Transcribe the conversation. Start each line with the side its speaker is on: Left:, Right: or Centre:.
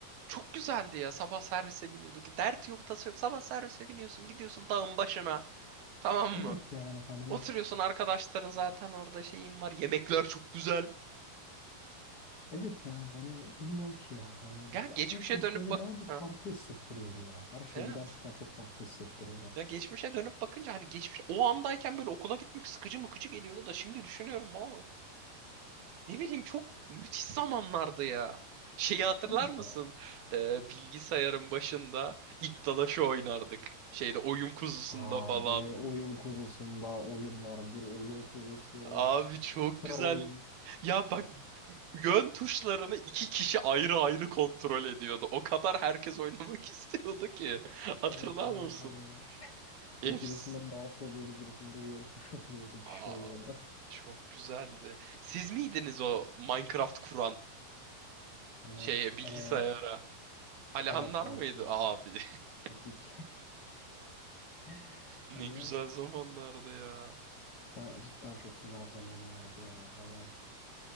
Right: Çok güzeldi ya. Sabah servise biniyorduk. Dert yok, tası yok. Sabah servise biniyorsun, gidiyorsun dağın başına. Tamam
Left: Evet
Right: mı?
Left: yani hani
Right: Oturuyorsun arkadaşların zaten orada şeyin var. Yemekler çok güzel.
Left: evet yani hani bilmiyorum ki ya hani
Right: Ya geçmişe
Left: her şey
Right: dönüp
Left: böyle
Right: bak.
Left: daha bir farklı
Right: Ha,
Left: hissettiriyordu ya. Her şey
Right: evet.
Left: gerçekten çok farklı hissettiriyordu.
Right: Ya geçmişe dönüp bakınca hani geçmiş o andayken böyle okula gitmek sıkıcı mıkıcı geliyordu da şimdi düşünüyorum valla. Ne bileyim çok müthiş zamanlardı ya. Şeyi hatırlar
Left: Evet
Right: mısın?
Left: ya.
Right: Ee, bilgisayarın başında iddalaşı oynardık. Şeyde oyun kuzusunda
Left: Abi
Right: falan.
Left: oyun kuzusunda oyunlar bir oyun kuzusu.
Right: Abi çok
Left: Kral
Right: güzel.
Left: oyun.
Right: Ya bak yön tuşlarını iki kişi ayrı ayrı kontrol ediyordu. O kadar herkes oynamak <laughs> istiyordu ki. Hatırlar
Left: Evet yani
Right: mısın?
Left: hani
Right: Efs.
Left: Ve birisinde mouse oluyordu, birisinde yön tuşu <laughs> oluyordu, bir
Right: Aa,
Left: şey oluyordu.
Right: çok güzeldi. Siz miydiniz o Minecraft kuran
Left: Hani
Right: şeye bilgisayara?
Left: e,
Right: Alihanlar
Left: evet abi
Right: mıydı
Left: biz
Right: abi? <laughs>
Left: bizdik. <laughs>
Right: Ne
Left: Hani
Right: güzel zamanlardı ya.
Left: da- cidden çok güzel zamanlardı ya. Hani